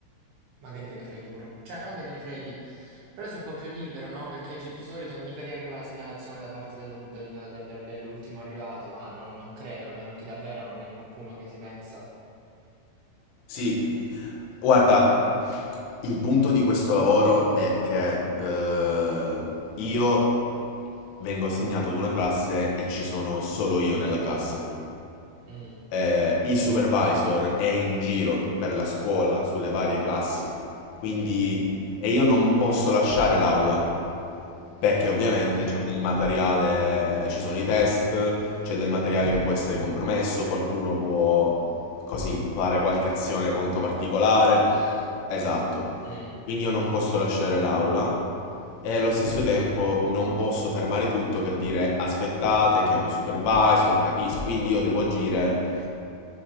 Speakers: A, on the right (about 75°); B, on the left (about 75°).
A: magari te ne freghi pure un po'. Cioè, non che te ne freghi, però sei un po' più libero, no? Perché gi- di solito mica ti arriva la segnalazione da parte dello- del- del- dell'ultimo arrivato, va? Non, non credo, almeno che davvero non è qualcuno che si pensa...
B: Sì. Guarda, il punto di questo lavoro è che eh, io vengo assegnato ad una classe e ci sono solo io nella classe.
A: "Mm,
B: eh, il supervisor è in giro per la scuola, sulle varie classi, quindi e io non posso lasciare l'aula perché ovviamente
A: ok,
B: c'è del materiale, ci sono i test, c'è del materiale che può essere compromesso, qualcuno può così fare qualche azione molto particolare. Esatto.
A: mm,
B: Quindi io non posso lasciare l'aula e allo stesso tempo non posso fermare tutto per dire aspettate, chiamo il supervisor, capisco, quindi io devo agire